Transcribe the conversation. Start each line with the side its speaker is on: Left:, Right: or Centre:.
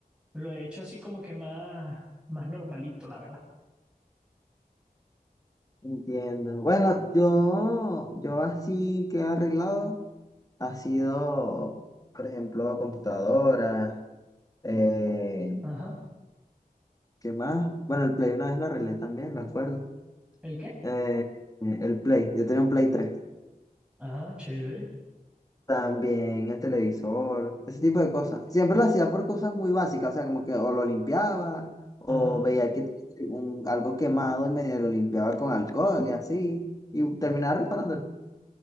Centre: Lo he hecho así como que más, más normalito, la verdad.
Left: entiendo. Bueno, yo, yo así que he arreglado ha sido, por ejemplo, computadora, eh,
Centre: Ajá.
Left: ¿qué más? Bueno, el Play una vez lo arreglé también, me acuerdo.
Centre: ¿El qué?
Left: Eh, el Play, yo tenía un Play tres
Centre: Ah, chévere.
Left: También el televisor, ese tipo de cosas. Siempre lo hacía por cosas muy básicas, o sea, como que o lo limpiaba, o
Centre: ajá
Left: veía que tenía un- algo quemado y medio lo limpiaba con alcohol y así, y terminaba reparándolo.